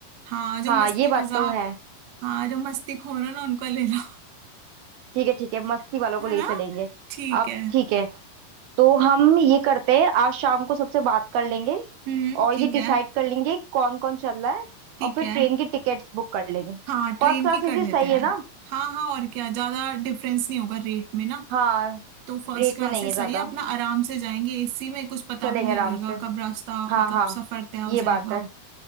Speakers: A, on the right; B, on the right.
A: हाँ जो
B: हाँ
A: मस्ती
B: ये बात
A: मजाक
B: तो है
A: हाँ जो मस्ती खोर हो ना उनको ले लो
B: ठीक है ठीक है मस्ती वालों
A: <laughs> है
B: को ले
A: ना
B: चलेंगे
A: ठीक
B: अब
A: है
B: ठीक है तो हम ये करते हैं आज शाम को सबसे बात कर लेंगे
A: हम्म
B: और
A: ठीक
B: ये डिसाइड
A: है
B: कर लेंगे कौन कौन चल रहा है
A: ठीक
B: और फिर
A: है
B: ट्रेन की टिकट्स बुक कर लेंगे
A: हाँ ट्रेन
B: फर्स्ट क्लास
A: की कर
B: इसी
A: लेते
B: सही
A: हैं
B: है ना
A: हाँ हाँ और क्या ज्यादा डिफरेंस नहीं होगा रेट में ना
B: हाँ
A: तो फर्स्ट
B: रेट
A: क्लास
B: में नहीं
A: से
B: है
A: सही
B: ज्यादा
A: है अपना आराम से जाएंगे एसी में कुछ पता
B: चलेंगे
A: भी नहीं
B: आराम
A: लगेगा
B: से
A: कब रास्ता मतलब
B: हाँ हाँ
A: सफर तय हो
B: ये
A: जाएगा
B: बात है